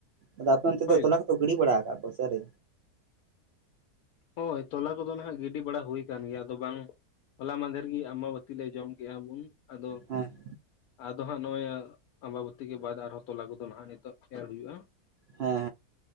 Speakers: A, on the right (about 65°); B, on the left (about 75°).
A: ᱟᱫᱚ ᱟᱯᱮ ᱚᱱᱛᱮ
B: ᱦᱳᱭ
A: ᱫᱚ ᱛᱚᱞᱟ ᱠᱚᱫᱚ ᱜᱤᱲᱤ ᱵᱟᱲᱟ ᱟᱠᱟᱫ ᱠᱟᱜᱼᱟ ᱠᱚᱱ ᱥᱟᱹᱨᱤ
B: ᱦᱚᱭ ᱛᱚᱞᱟ ᱠᱚᱫᱚ ᱱᱟᱦᱱᱟᱜ ᱜᱤᱰᱤ ᱵᱟᱲᱟ ᱦᱳᱹᱚᱭᱭ ᱟᱠᱟᱱ ᱜᱮᱭᱟ ᱟᱫᱚ ᱵᱟᱝ, ᱦᱚᱞᱟ ᱢᱟᱫᱷᱮᱨ ᱜᱮ ᱟᱢᱟᱟ ᱵᱟᱹᱛᱤ ᱞᱮ ᱡᱚᱢ ᱠᱮᱜᱼᱟ ᱵᱚᱱ ᱟᱫᱚ,
A: ᱦᱮᱸ
B: ᱟᱫᱚ ᱦᱟᱸᱜ ᱱᱚᱜᱼᱚᱭ ᱟᱢᱵᱟᱵᱟᱹᱛᱤ ᱜᱮ ᱵᱟᱫ ᱟᱨᱦᱚᱸ ᱛᱚᱞᱟ ᱫᱚ ᱦᱟᱸᱜ ᱱᱤᱛᱚᱜ ᱮᱨ ᱦᱩᱭᱩᱜᱼᱟ᱾
A: ᱦᱮᱸ